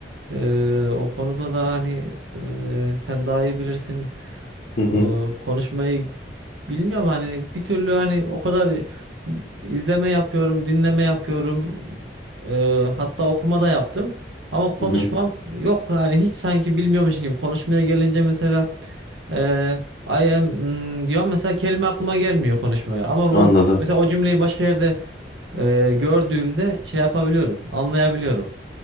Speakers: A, on the right; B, on the left.
A: E, o konuda da hani e, sen daha iyi bilirsin. E,
B: hı hı,
A: konuşmayı Bilmiyorum hani bir türlü hani o kadar izleme yapıyorum, dinleme yapıyorum. eee, hatta okuma da yaptım. Ama konuşmam
B: hı hı.
A: yok hani hiç sanki bilmiyormuşum gibi. Konuşmaya gelince mesela eee I am hmm, diyorum mesela kelime aklıma gelmiyor konuşmaya. Ama
B: Anladım,
A: o mesela o cümleyi başka yerde eee, gördüğümde şey yapabiliyorum, anlayabiliyorum.